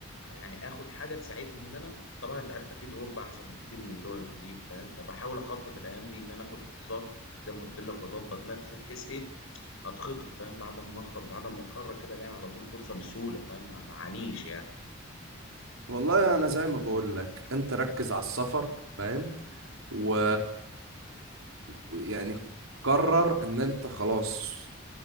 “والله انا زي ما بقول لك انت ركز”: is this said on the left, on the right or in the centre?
Right